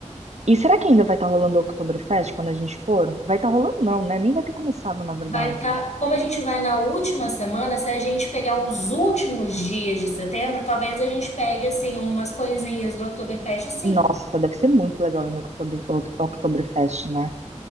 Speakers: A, on the right; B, on the left.
A: E será que ainda vai estar rolando o Oktoberfest quando a gente for? Vai estar rolando, não, né? Nem vai ter começado, na verdade.
B: Vai estar, como a gente vai na última semana, se a gente pegar os últimos dias de setembro, talvez a gente pegue assim umas coisinhas do Oktoberfest, sim.
A: Nossa, deve ser muito legal ir no Oktober, Oktoberfest, né?